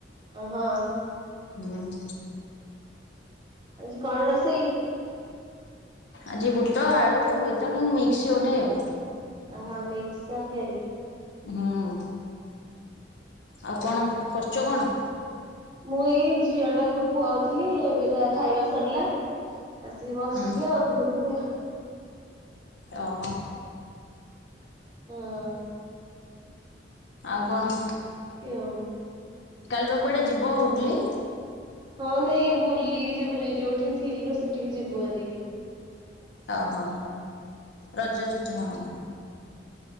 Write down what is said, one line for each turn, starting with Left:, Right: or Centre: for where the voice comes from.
Right: ଓହୋ।
Left: ହୁଁ।
Right: ଆଜି କଣ ରୋଷେଇ?
Left: ଆଜି ବୁଟ ଆଳୁ ବୋଇତାଳୁ ମିକ୍ସ ଗୋଟେ ଆଉ।
Right: ହଁ ମିକ୍ସ ତରକାରି।
Left: ହଁ। ଆଉ କଣ କରୁଚ କଣ?
Right: ମୁଁ ଏଇ ଝିଅ ଟାକୁ ଖୁଆଉଥିଲି ଏବେ ତା ଖାଇବା ସରିଲା ଆସିକି ବସିଚି
Left: ହୁଁ
Right: ଆଉ ରୁମରେ।
Left: ଓହୋ।
Right: ହଁ।
Left: ଆଉ କଣ?
Right: <unintelligible>
Left: କାଲିବା କୁଆଡେ ଯିବ ବୁଲି?
Right: ହଁ ନାଇଁ ବୁଲି ଯିବୁନି ଯୋଉଠି ଥିଲୁ ସେଠିକି ଯିବୁ ଆରି
Left: ଓହୋ ରଜ ଛୁଟି ହଁ।